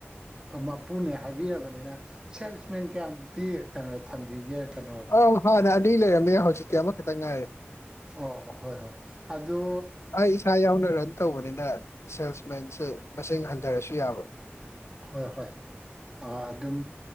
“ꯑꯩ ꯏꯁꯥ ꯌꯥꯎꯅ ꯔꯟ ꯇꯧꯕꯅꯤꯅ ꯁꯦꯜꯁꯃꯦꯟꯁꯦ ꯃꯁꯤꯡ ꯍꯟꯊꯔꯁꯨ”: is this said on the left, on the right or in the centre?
Left